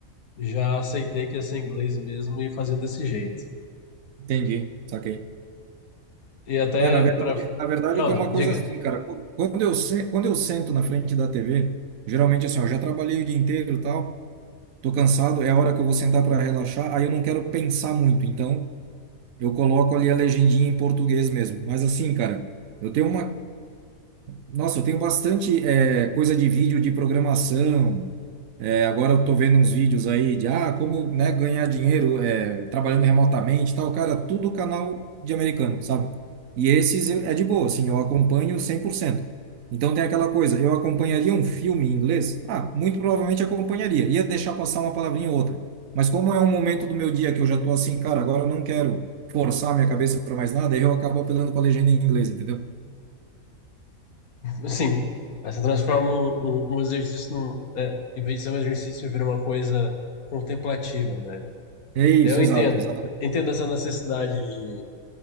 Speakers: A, on the left; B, on the right.
A: já aceitei que ia ser em inglês mesmo e fazer desse jeito.
B: Entendi, saquei.
A: E até
B: É, na verdade,
A: para.
B: na verdade
A: Ah,
B: eu tenho uma
A: diga.
B: coisa assim, cara. Qu- Quando eu, se- quando eu sento na frente da TV, geralmente assim, ó, eu já trabalhei o dia inteiro e tal. Tô cansado, é a hora que eu vou sentar para relaxar. Aí eu não quero pensar muito, então eu coloco ali a legendinha em português mesmo. Mas assim, cara, eu tenho uma nossa, eu tenho bastante eh, coisa de vídeo de programação. Eh, agora eu tô vendo uns vídeos aí de ah, como né, ganhar dinheiro eh, trabalhando remotamente e tal. Cara, tudo canal de americano, sabe? E esses eu- é de boa, assim, eu acompanho cem por cento Então tem aquela coisa, eu acompanharia um filme em inglês? Ah, muito provavelmente acompanharia. Ia deixar passar uma palavrinha ou outra. Mas como é um momento do meu dia que eu já tô assim, cara, agora eu não quero forçar minha cabeça para mais nada, aí eu acabo apelando para legenda em inglês, entendeu?
A: Assim, aí você transforma um, um- um exercício num. é, em vez de ser um exercício, vira uma coisa contemplativa, né?
B: É isso,
A: Eu entendo.
B: exato. exatamente.
A: Entendo essa necessidade de,